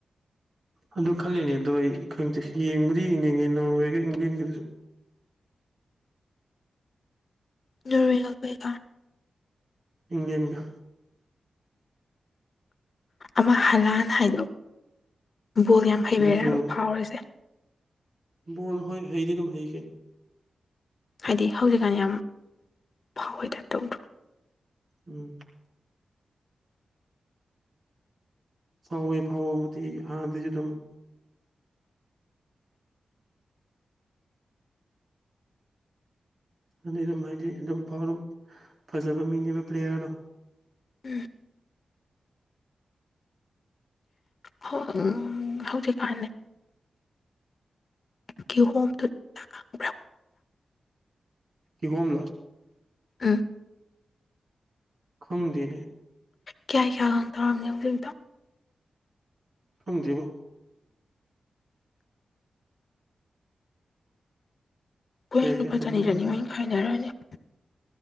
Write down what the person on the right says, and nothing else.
ꯑꯗꯨ ꯈꯜꯂꯤꯅꯦ ꯑꯗꯣ ꯑꯩ ꯈꯪꯗꯦ ꯌꯦꯡꯕꯨꯗꯤ ꯌꯦꯡ ꯌꯦꯡꯉꯦ ꯅꯣꯔꯋꯦꯒ ꯏꯪꯂꯪꯂꯦꯟꯒꯤ ꯗꯨꯁꯨ
ꯏꯪꯂꯦꯟꯒ
ꯑꯗꯨ ꯅꯣꯔꯋꯦ
ꯕꯣꯜ ꯍꯣꯏ ꯍꯩꯗꯤ ꯑꯗꯨꯝ ꯍꯩ ꯀꯩꯅ
ꯎꯝ ꯐꯥꯎꯋꯦ ꯐꯥꯎꯋꯣꯕꯨꯗꯤ ꯑꯥꯗꯩꯁꯨ ꯗꯨꯝ ꯑꯗꯨꯗꯤ ꯑꯗꯨꯝ ꯍꯥꯏꯗꯤ ꯑꯗꯨꯝꯥꯎ ꯐꯖꯕ ꯃꯤꯅꯦꯕ ꯄ꯭ꯂꯦꯌꯥꯔꯗꯣ
ꯀꯤꯍꯣꯝꯂꯣ
ꯈꯪꯗꯦ ꯅꯦ
ꯈꯪꯗꯦ ꯕꯣ
ꯀꯌꯥ ꯀꯌꯥ
ꯇꯧꯕꯅꯣ
ꯈꯪꯗꯦ